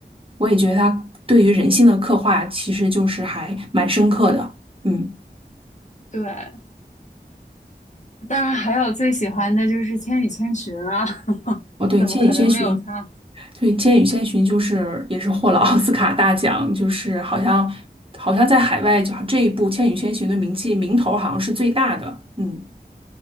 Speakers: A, on the right (about 30°); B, on the left (about 45°).
A: 我也觉得他对于人性的刻画其实就是还蛮深刻的。嗯，
B: 对，当然还有最喜欢的就是《千与千寻》啊，<laughs>
A: 哦对，
B: 怎么可能没有他？
A: 《千与千寻》对《千与千寻》就是也是获了 <laughs> 奥斯卡大奖，就是好像好像在海外就这一部《千与千寻》的名气名头好像是最大的。嗯